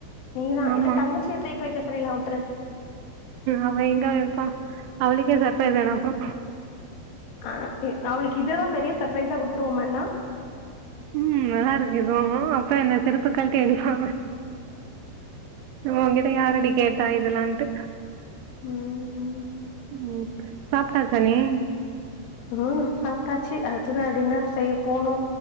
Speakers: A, on the left; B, on the right.
A: நீ தா
B: ஆமா.
A: இல்ல தங்கச்சிய ட்ரீட் வைக்க சொல்லிற்லா உட்ரு
B: அவ எங்க வய்ப்பா அவளுக்கே சர்ப்ரைஸ் ஆயிடும் அப்புறோ
A: அஹ் அவளுக்கு இதுதா பெரிய சர்பரைஸா குடுத்துருவோமா னா
B: உம் நல்லா இருக்கு இதுவு அப்புற என்ன செருப்ப கலட்டி அடிப்பா உன்கிட்ட யாரடி கேட்டா இதெல்லான்ட்டு
A: உம் உம்
B: ம் சாப்ட்டாச்சா நீ
A: உம் சாப்ட்டாச்சு அடுத்து நா டின்னர் செய்ய போனு